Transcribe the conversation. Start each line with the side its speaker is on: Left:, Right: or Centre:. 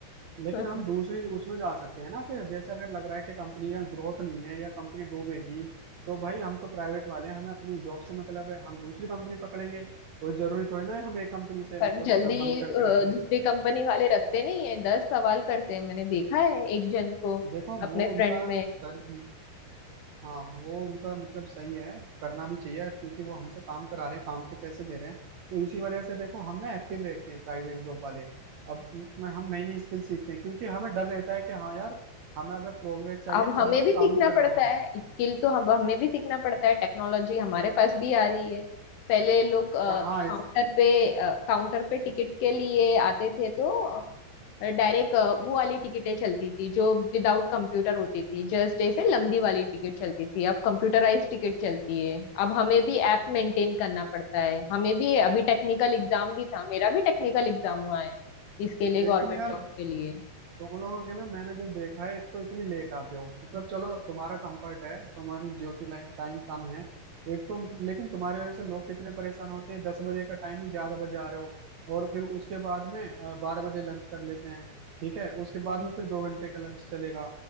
Right: लेकिन हम
Left: <laughs>
Right: दूसरी उसमें जा सकते हैं ना फिर जैसे अगर लग रहा है कि कंपनी का ग्रोथ नहीं है या कंपनी डूबेगी तो भाई हम तो प्राइवेट वाले हैं हमें अपनी जॉब से मतलब है हम दूसरी कंपनी पकड़ेंगे कोई जरूरी थोड़ी ना है हम एक कंपनी से
Left: पर
Right: मतलब
Left: जल्दी
Right: अ, बंद करके
Left: अ,
Right: रहेंगे
Left: दूसरी कंपनी वाले रखते नहीं है दस सवाल करते हैं मैंने देखा है एक जन को
Right: देखो
Left: अपने
Right: वो उनका
Left: फ्रेंड में
Right: तर्क हाँ वो उनका मतलब सही है करना भी चाहिए क्योंकि वो हमसे काम करा रहे हैं काम के पैसे दे रहे हैं तो इसी वजह से देखो हम ना एक्टिव रहते हैं प्राइवेट जॉब वाले अब उसमें हम नई नई स्किल सीखते हैं क्योंकि हमें डर रहता है कि हाँ यार हमें अगर प्रोग्रेस चाहिए
Left: अब
Right: तो
Left: हमें
Right: हमें
Left: भी
Right: काम
Left: सीखना
Right: भी करना
Left: पड़ता
Right: होगा
Left: है स्किल तो हम हमें भी सीखना पड़ता है टेक्नोलॉजी हमारे पास भी आ रही है पहले लोग काउंटर
Right: कहाँ इस
Left: पे काउंटर पे टिकट के लिए आते थे तो डायरेक्ट वो वाली टिकटें चलती थी जो विदाउट कंप्यूटर होती थी जस्ट ऐसे लंबी वाली टिकट चलती थी अब कंप्यूटराइज टिकट चलती है अब हमें भी ऐप मेंटेन करना पड़ता है हमें भी अभी टेक्निकल एग्जाम भी था मेरा भी टेक्निकल एग्जाम हुआ है इसके लिए गवर्नमेंट
Right: लेकिन यार
Left: जॉब के लिए
Right: तुम लोगों के ना मैंने जो देखा है एक तो इतनी लेट आते हो मतलब चलो तुम्हारा कंफर्ट है तुम्हारी ड्यूटी लाइन टाइम कम है एक तो मतलब लेकिन तुम्हारी वजह से लोग कितने परेशान होते हैं दस बजे का टाइम है ग्यारह बजे आ रहे हो और फिर उसके बाद में बारह बजे लंच कर लेते हैं ठीक है उसके
Left: पर-
Right: बाद में फिर दो घंटे का लंच चलेगा